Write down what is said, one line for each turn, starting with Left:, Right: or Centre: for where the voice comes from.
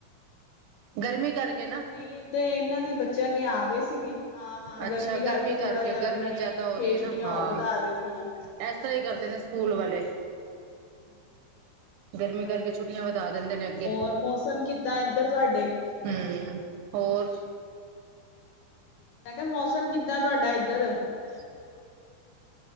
Right: ਗਰਮੀ ਕਰਕੇ ਨਾ
Left: ਨਹੀਂ ਏਦਾਂ ਇਹਨਾਂ ਦੇ ਬੱਚਿਆਂ ਦੇ ਆ ਗ ਸੀਗੇ ਹਾਂ ਹਾਂ
Right: ਅੱਛਾ
Left: ਗਰਮੀ ਕਰਕੇ ਥੋੜਾ ਜਿਹਾ
Right: ਗਰਮੀ
Left: ਉਹਨਾਂ ਨੇ
Right: ਜ਼ਿਆਦਾ ਹੋ
Left: ਛੇ
Right: ਰਹੀ ਹੈ
Left: ਛੁੱਟੀਆਂ
Right: ਨਾ ਹਾਂ
Left: ਹੋਰ ਵਧਾ ਦਿੱਤੀਆਂ ਹਾਂਜੀ
Right: ਇਸ ਤਰ੍ਹਾਂ ਹੀ ਕਰਦੇ ਨੇ ਸਕੂਲ ਵਾਲੇ
Left: ਹੁੰ
Right: ਗਰਮੀ
Left: ਹਾਂਜੀ
Right: ਕਰਕੇ ਛੁੱਟੀਆਂ ਵਧਾ ਦਿੰਦੇ ਨੇ ਅੱਗੇ
Left: ਹੋਰ ਮੌਸਮ ਕਿੱਦਾਂ ਇਏਧਰ ਤੁਹਾਡੇ
Right: ਹਮ ਹੋਰ
Left: ਮੈਂ ਕਿਹਾ ਮੌਸਮ ਕਿੱਦਾਂ ਤੁਹਾਡਾ ਇੱਧਰ
Right: <inaudible>